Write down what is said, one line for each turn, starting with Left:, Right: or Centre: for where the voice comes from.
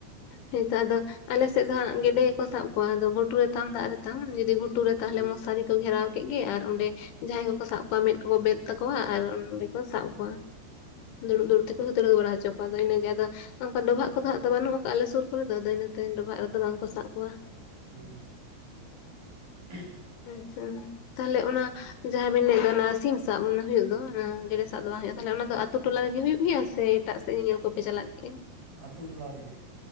Left: ᱦᱮᱸᱛᱚ ᱟᱫᱚ ᱟᱞᱮᱥᱮᱫ ᱫᱚ ᱦᱟᱸᱜ ᱜᱮᱰᱮ ᱜᱮᱠᱚ ᱥᱟᱵ ᱠᱚᱣᱟ ᱟᱫᱚ ᱜᱷᱩᱴᱩ ᱨᱮᱛᱟᱢ ᱫᱟᱜ ᱨᱮᱛᱟᱢ ᱡᱩᱫᱤ ᱜᱷᱩᱴᱩ ᱨᱮ
Right: ᱦᱩᱸ
Left: ᱛᱟᱦᱞᱮ ᱢᱚᱸᱥᱟᱨᱤ ᱠᱚ ᱜᱷᱮᱨᱟᱣ ᱠᱮᱫ ᱜᱮ ᱟᱨ ᱚᱸᱰᱮ
Right: ᱦᱮᱸ
Left: ᱡᱟᱦᱟᱸᱭ ᱠᱚᱠᱚ ᱥᱟᱵ ᱠᱚᱣᱟ ᱢᱮᱫ ᱠᱚᱠᱚ ᱵᱮᱫ ᱛᱟᱠᱚᱣᱟ ᱟᱨ ᱚᱸᱰᱮ ᱠᱚ ᱥᱟᱵ ᱠᱚᱣᱟ᱾ ᱫᱩᱲᱩᱵ ᱫᱩᱲᱩᱵ ᱛᱮᱠᱚ ᱦᱟᱹᱛᱲᱟᱹᱣ ᱵᱟᱲᱟ ᱦᱚᱪᱚ ᱠᱚᱣᱟ ᱟᱫᱚ ᱤᱱᱟᱹᱜᱮ ᱟᱫᱚ ᱚᱱᱠᱟ ᱰᱚᱵᱷᱟᱜ ᱠᱚᱫᱚ ᱦᱟᱸᱜ ᱵᱟᱹᱱᱩᱜ ᱠᱟᱜᱼᱟ ᱟᱞᱮ ᱥᱩᱨ ᱠᱚᱨᱮ ᱫᱚ ᱟᱫᱚ ᱤᱱᱟᱹᱛᱮ ᱰᱚᱵᱷᱟᱜ ᱨᱮᱫᱚ ᱵᱟᱝ ᱠᱚ ᱥᱟᱵ ᱠᱚᱣᱟ
Right: <unintelligible>
Left: ᱟᱪᱪᱷᱟ ᱛᱟᱦᱞᱮ ᱚᱱᱟ ᱡᱟᱦᱟᱸ ᱵᱤᱱ ᱞᱟᱹᱭᱫᱟ ᱚᱱᱟ ᱥᱤᱢ ᱥᱟᱵ ᱚᱱᱟ ᱦᱩᱭᱩᱜ ᱫᱚ ᱦᱩᱸ ᱜᱮᱰᱮ ᱥᱟᱵ ᱫᱚ ᱵᱟᱝ ᱦᱩᱭᱩᱜᱼᱟ ᱛᱟᱦᱚᱞᱮ ᱚᱱᱟ ᱫᱚ ᱟᱛᱳ ᱴᱚᱞᱟ ᱨᱮᱜᱮ ᱦᱩᱭᱩᱜ ᱜᱮᱭᱟ ᱥᱮ ᱮᱴᱟᱜ ᱥᱮᱫ ᱧᱮᱧᱮᱞ ᱠᱚᱯᱮ ᱪᱟᱞᱟᱜ ᱜᱮᱭᱟ?
Right: ᱟᱛᱩ ᱴᱚᱞᱟ ᱨᱮᱜᱮ